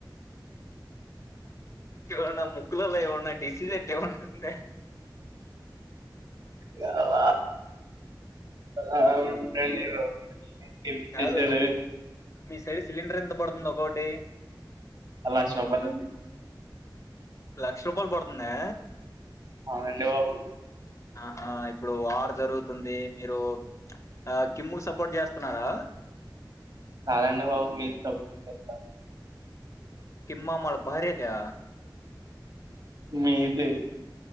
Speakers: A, on the left (about 40°); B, on the right (about 55°).
A: ఎవన్నా ముక్కులల్లో ఎవన్నా డిసీజెట్ ఎవన్నా ఉందా
B: యావ అ <inaudible> ఉంటందిగో ఏంటి సేసేదే
A: కాదు మీ సైడ్ సిలిండర్ ఎంత పడుతుంది ఒకోటి
B: అల్లా షొబలుంది
A: లక్ష రూపాయలు బొడుతుందా
B: అవునండి బాబు
A: ఆహా ఇప్పుడు వార్ జరుగుతుంది మీరు ఆ కిమ్ముకి సపోర్ట్ చేస్తున్నారా
B: చాలాండి బాబు మీరు చేత్త
A: కిమ్మామాళ భార్యక్యా
B: మీతే